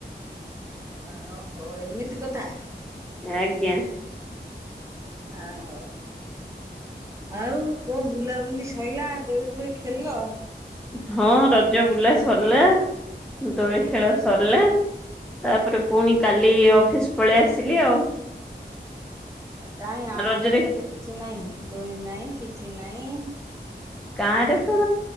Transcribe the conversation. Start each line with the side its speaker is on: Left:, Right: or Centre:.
Right: ଆ ହଉ ଏମିତି କଥା?
Centre: ଆଜ୍ଞା।
Right: ଓ <inaudible> ଆଉ କଣ ବୁଲାବୁଲି ସଇଲା ଦୋଳି ଫୋଳି ଖେଳିଲ?
Centre: ହଁ ରଜ ବୁଲା ସରିଲା ଦୋଳି
Right: ହୁଁ
Centre: ଖେଳ ସରିଲା ତାପରେ ପୁଣି କାଲି ଅଫିସ୍ ପଳେଇ ଆସିଲି ଆଉ।
Right: କାଇଁ ଆମର
Centre: ରଜରେ
Right: ଏପଟେ କିଛି ନାହିଁ ଦୋଳି ନାହିଁ କିଛି ନାହିଁ।
Centre: ଗାଁରେ ତ